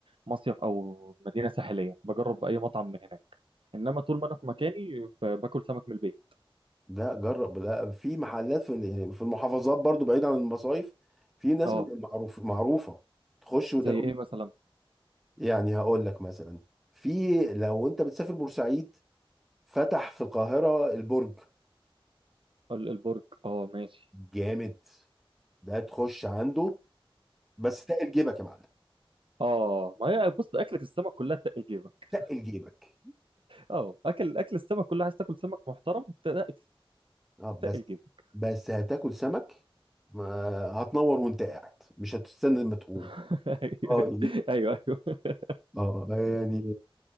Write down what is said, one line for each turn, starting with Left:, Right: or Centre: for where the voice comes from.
Right: مصيف او مدينه ساحليه بجرب اي مطعم من هناك انما طول ما انا في مكاني ب- باكل سمك من البيت
Centre: لا جرب لا في محلات في ال- يعني في المحافظات برضو بعيد عن المصايف في ناس
Right: اه
Centre: بتبقى معروف معروفة تخش وتاكل
Right: زي ايه مثلا
Centre: يعني هقول لك مثلا في لو انت بتسافر بورسعيد فتح في القاهرة البرج
Right: ال- البرج اه ماشي
Centre: جامد ده تخش عنده بس تقل جيبك يا معلم
Right: اه ما هي بص اكله السمك كلها تقل جيبك
Centre: تقل جيبك
Right: اه اكل اكل السمك كلها عايز تاكل سمك محترم تق-
Centre: اه بس
Right: تقل جيبك
Centre: بس هتاكل سمك ما هتنور وانت قاعد مش هتستنى لما تقوم
Right: <laughs> ايوه
Centre: اه
Right: ايوه أيوه.
Centre: <laughs> اه يعني